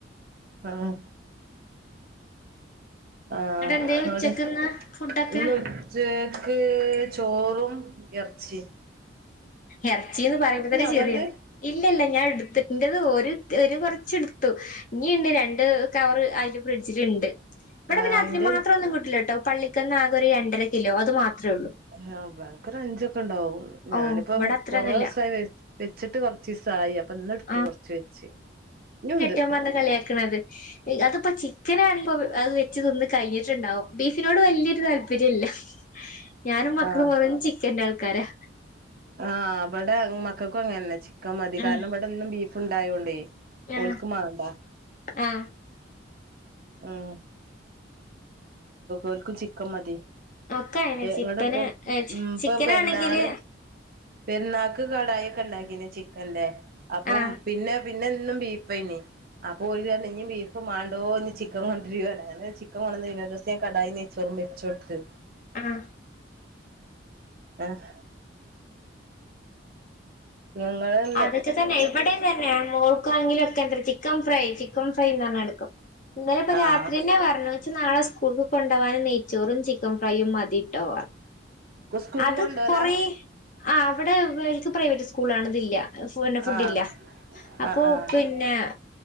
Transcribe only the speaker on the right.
ആഹ് ആഹ്
അവടെ
ഇന്നു ച്ചേക്ക് ചോറും എറച്ചീ
ഇങ്ങളത്
ആഹ്
ഇന്റെ
ആഹ് ബാ ഞങ്ങക്കൊരു അഞ്ചൊക്കെണ്ടാവും.
ഞാനിപ്പം
കൊറോസായി വെ വെച്ചിട്ട് കൊറച്ചീസായി അപ്പൊ ഇന്ന്ട്ത്ത്
കൊറച്ച് വെച്ച്. ഇഞ്ഞുണ്ട്
ആഹ്
ആഹ് ഇവടെ മക്കൾക്കും അങ്ങനന്നെ ചിക്കൻ മതി.
കാരണം ഇവടെന്നും ബീഫ് ഇണ്ടായോണ്ടേ.
ഒല്ക്ക് മാണ്ടാ
ഉം ഓല്ക്ക്‌ ചിക്കൻ മതി
ങ്ങടെ ഇപ്പൊ ഉ ഇപ്പ
പെരുന്നാള് പെരുന്നാക്ക് കടായി ഒക്കെ ഉണ്ടാക്കീന് ചിക്കൻന്റെ അപ്പം
പിന്നെ പിന്നെ എന്നും ബീഫ്‌യെനി അപ്പൊ ഒരു ത ഇനി ബീഫ് മണ്ടോ ഇനി ചിക്കൻ കൊണ്ടിരിയോ അങ്ങനെ ചിക്കൻ കൊടത് കടയ്യ് നെയ്ച്ചോറും വെച്ചുടുത്ത്
ആഹ് ഞങ്ങള്
ആഹ്
സ്കൂൾക്ക്
കൊണ്ടോലാ
ആഹ്
ആഹ് ആഹ്